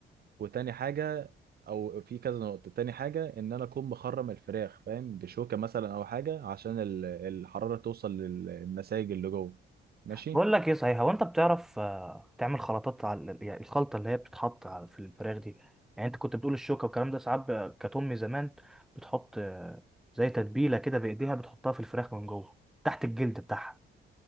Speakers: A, on the right; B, in the centre.
A: وتاني حاجة أو في كذا نقطة تاني حاجة إن أنا أكون مخرم الفراخ فاهم بشوكة مثلا أو حاجة عشان ال- الحرارة توصل للنسايج اللي جوه ماشي
B: بقول لك ايه صحيح هو انت بتعرف آه، تعمل خلطات على يعني الخلطه اللي هي بتتحط على في الفراخ دي يعني انت كنت بتقول الشوكه والكلام ده ساعات ب- كانت امي زمان بتحط آه، زي تتبيله كده بايديها بتحطها في الفراخ من جوه تحت الجلد بتاعها